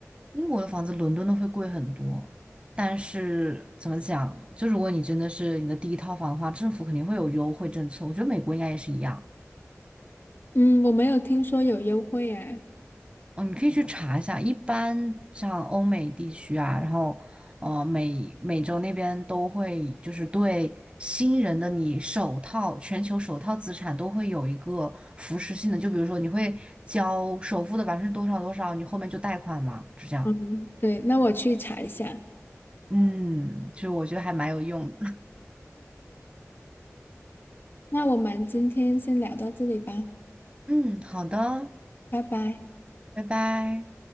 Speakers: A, on the right; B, on the left.
A: 英国的房子伦敦的会贵很多，但是怎么讲，就如果你真的是你的第一套房的话，政府肯定会有优惠政策。我觉得美国应该也是一样。
B: 嗯，我没有听说有优惠哎。
A: 嗯，你可以去查一下，一般像欧美地区啊，然后呃美美洲那边都会就是对新人的你首套全球首套资产都会有一个扶持性的，就比如说你会交首付的百分之多少多少，你后面就贷款嘛，就这样。
B: 嗯，对，那我去查一下。
A: 嗯，就我觉得还蛮有用的。
B: 那我们今天先聊到这里吧，
A: 嗯，好的，
B: 拜拜。
A: 拜拜。